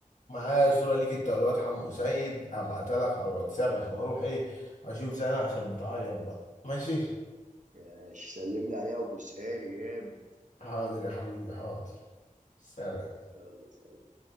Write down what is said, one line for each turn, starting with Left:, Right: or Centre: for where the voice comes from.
Left: معايا صوره ليك انت والواد حمو سيد هبعتها لك على الواتساب عشان اروح ايه اشوف سنه عشان بتعيط بقى ماشي
Right: آه، سلم لي عليها وبوسها لي جامد
Left: حاضر يا حبيبي حاضر سلام
Right: يلا